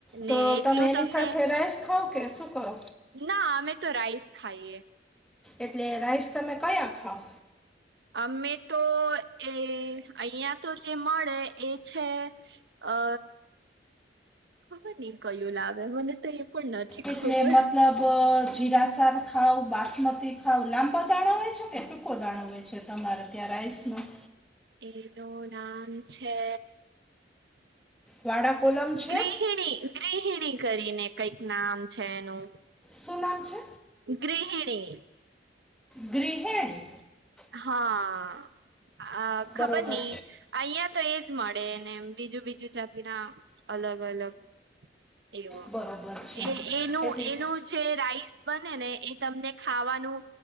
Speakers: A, in the centre; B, on the right (about 65°).
A: તો
B: ને એટલું
A: તમે એની
B: તમને
A: સાથે રાઈસ ખાવ કે શું કરો,
B: ના અમે તો રાઇસ ખાઈએ
A: એટલે રાઈસ તમે કયા ખાઓ
B: અમે તો એ અહિયાં તો જે મળે એ છે અ ખબર નહી કયું લાવે મને તો એ પણ નથી કે
A: એટલે
B: ખબર
A: મતલબ
B: હ
A: અ, જીરા સાર ખાાવ બાસમતી ખાાવ લાંબા દાણો હોય છે કે. કો દાણો હોય છે તમારે ત્યાં રાઇસનું
B: એનું નામ છે.
A: વાડા કોલમ છે
B: ગૃહણી ગૃહિણી કરીને કઈક નામ છે એનું.
A: શું નામ છે.
B: ગૃહિણી.
A: ગૃહિણી.
B: હા અ ખબર
A: બરોબર
B: ની. અહિયાં તો એજ મળે ને બીજું બીજું ચતી ના અલગ અલગ એવો
A: બરોબર છે
B: એ એનું
A: એટલે
B: એનું જે રાઈસ બને ને એ તમને ખાવાનું